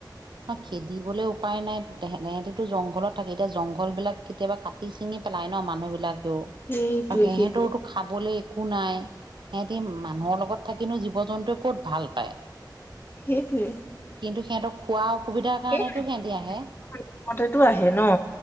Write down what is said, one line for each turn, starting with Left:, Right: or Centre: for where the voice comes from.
Right: না খেদিবলৈ উপায় নাই তে সেইটো জংঘলত থাকে এতিয়া জংঘল বিলাক কেতিয়াবা কাটি ছিঙি পেলাই নহ মানুহ বিলাক।
Left: সেইটোৱে
Right: আৰু সিহতৰ
Left: সেইটোৱে
Right: ইটো খাবলৈ। একো নাই সিহতি মানুহৰ লগত থাকিনো জীৱ জন্তুৱে ক'ত ভাল পায়।
Left: সেইটোৱে।
Right: কিন্তু সিহঁতক খোৱা অসুবিধাৰ কাৰণেতো
Left: সেয়া
Right: সিহঁতি আহে
Left: সেইতো আহে নহ।